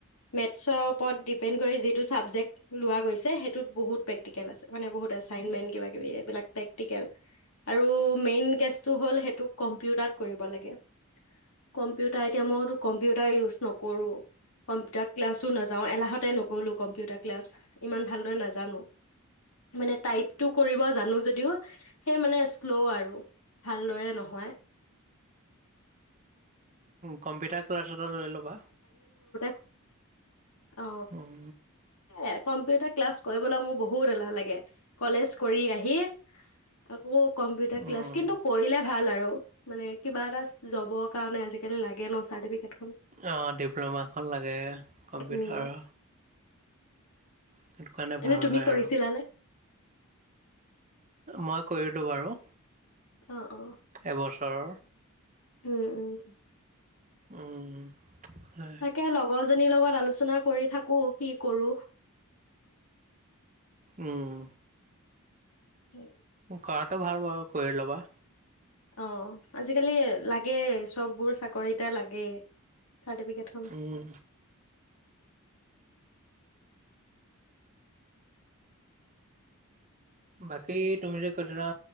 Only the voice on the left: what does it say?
মেথছৰ ওপৰত ডিপেণ্ড কৰি যিটো ছাবজেক্ট লোৱা গৈছে সেইটোত বহুত প্ৰেক্টিকেল আছে মানে বহুত এছাইনমেণ্ট কিব কিবি এইবিলাক প্ৰেক্টিকেল আৰু মেইন টো হ'ল সেইটো কম্পিউটাৰ কৰিব লাগে কম্পিউটাৰ এতিয়া মইতো কম্পিউটাৰ ইউজ নকৰোঁ কম্পিউটাৰ ক্লাছো নাযাওঁ এলাহতে নকৰ'লোঁ কম্পিউটাৰ ক্লাছ ইমান ভালদৰে নাজানো মানে টাইপটো কৰিব জানো যদিও সেই মানে শ্ল' আৰু ভালদৰে নহয়
অ
এ কম্পিউটাৰ ক্লাছ কৰিবলৈ মোৰ বহুত এলাহ লাগে কলেজ কৰি আহি আকৌ কম্পিউটাৰ ক্লাছ
কিন্তু কৰিলে ভাল আৰু মানে কিবা এটা যাবৰ কাৰণে আজিকালি লাগে ন চাৰ্টিফিকেট
উম
এনে
তুমি
কৰিছিলাানে
অ অ
উম উম উ
তাকে লগৰ জনীৰ লগত আলোচনা কৰি থাকো কি কৰো
উম
অ আজিকালি লাগেই চববোৰ চাকৰিতে লাগেই চাৰ্টিফিকেটখন <inaudible>